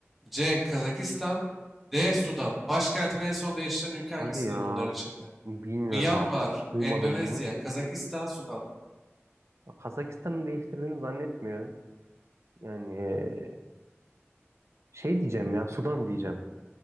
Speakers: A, in the centre; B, on the right.
A: C. Kazakistan D. Sudan Başkentini en son değiştiren ülke hangisidir
B: Hadi ya
A: bunların içinde?
B: bilmiyorum
A: Myanmar,
B: abi. Duymadım
A: Endonezya,
B: bunu.
A: Kazakistan, Sudan
B: Kazakistan'ı değiştirdiğini zannetmiyorum. Yani eee, şey diyeceğim ya Sudan diyeceğim.